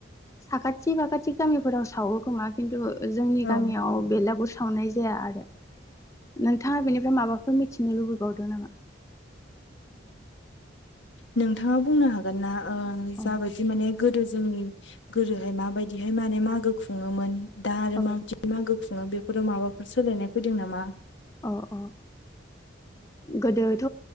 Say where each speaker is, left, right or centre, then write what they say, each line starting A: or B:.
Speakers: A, on the left (about 15°); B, on the left (about 75°).
A: साखाथि फाखाथि गामिफोराव सावो खोमा खिन्थु जोंनि
B: औ
A: गामियाव बेलागुर सावनाय जाया आरो नोंथाङा बेनिफ्राय माबाफोर मिथिनो लुबैबावदों नामा
B: नोंथाङा बुंनो हागोन ना
A: औ
B: जाबायदि माने गो- दो जोंनि गोदोहाय माबायदिहाय माने मागो खुङोमोन दा आरो
A: औ
B: माबायदि मागो खुङो बेफोराव माबाफोर सोलायनाय फैदों नामा
A: अ अ गोदोथ'